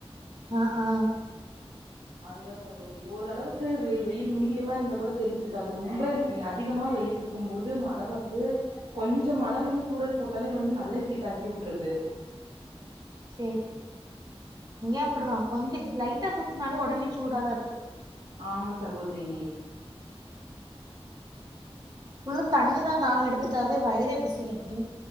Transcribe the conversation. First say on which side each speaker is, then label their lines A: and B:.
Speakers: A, on the right; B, on the right.
A: அ ஆ
B: அதுதா சகோத ரி ஓரளவுக்கு வெயில் வெயில் மீடியமா இருந்த கூட தெரிஞ்சுக்காது ரொம்ப அதிகமா வெயில்ட்ருக் கும் போது மழ வந்து கொஞ்ச மழ வந்து தூறல் போட்டாலே வந்து நல்லா ஹீட் ஆக்கி உட்ருது
A: சேர் இங்க அப்டிதா கொஞ்ச லைட்டா தூத்துனாலே ஒடனே சூடாதா இருக்கு
B: ஆமா சகோதிரி
A: ஃபுல்லு தண்ணி தா தாக எடுக்கு தவிர வயிரே பசிக்க மாட்டிங்கு